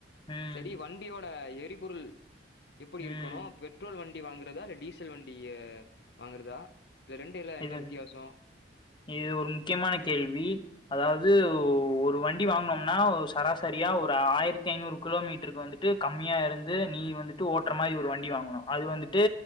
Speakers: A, on the left; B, on the left.
A: ம்
B: சரி வண்டியோட எரிபொருள் எப்படி இருக்கணு
A: ம்
B: பெட்ரோல் வண்டி வாங்குறதா இல்ல டீசல் வண்டிய வாங்குறதா இது ரெண்டு எல்லா என்ன
A: இது
B: வித்தியாசோ
A: இது ஒரு முக்கியமான கேள்வி அதாவது ஒரு வண்டி வாங்கனோம்னா சராசரியா ஒரு ஆயிரத்தி ஐநூறு கிலோமீட்டருக்கு வந்துட் ட்டு கம்மியா இருந்து நீ வந்துட்டு ஓட்டுற மாரி ஒரு வண்டி வாங்கணு அது வந்துட்டு